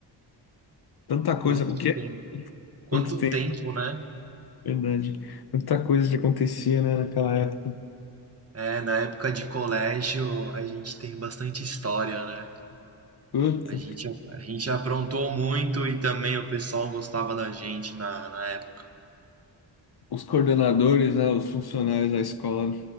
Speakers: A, on the left; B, on the right.
A: Tanta coisa,
B: quanto
A: o quê?
B: tempo. Quanto
A: Quanto tempo,
B: tempo, né?
A: verdade. Tanta coisa que acontecia, né, naquela época.
B: É, na época de colégio a gente tem bastante história, né?
A: Puta,
B: A gente, a gente aprontou muito e também o pessoal gostava da gente na, na época.
A: os coordenadores, né, os funcionários da escola